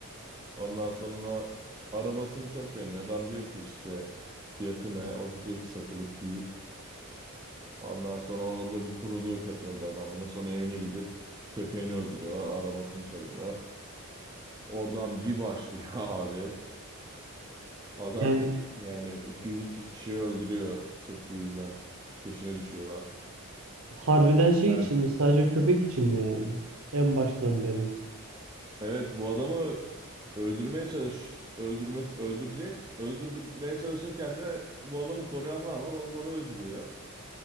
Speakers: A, on the right (about 20°); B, on the right (about 70°).
A: Ondan sonra arabasını çok beğeniyor. Adam diyor ki işte fiyatı ne? O da diyor ki satılık değil. Ondan sonra orada bir kuruluyor petrolde adam buna. Sonra evine gidip köpeğini öldürüyorlar. Arabasını çalıyorlar. Oradan bir başlıyor <laughs> abi. Adam
B: Yani
A: yani 200-300 kişiyi öldürüyor sırf bu yüzden. Peşine düşüyorlar.
B: harbiden şey
A: Her
B: için mi? Sadece köpek için mi yani? En baştan beri.
A: evet bu adamı öldürmeye çalış öldürmesi öldürecek. Öldürmeye çalışırken de bu adamı koruyanlar var. Onları öldürüyor.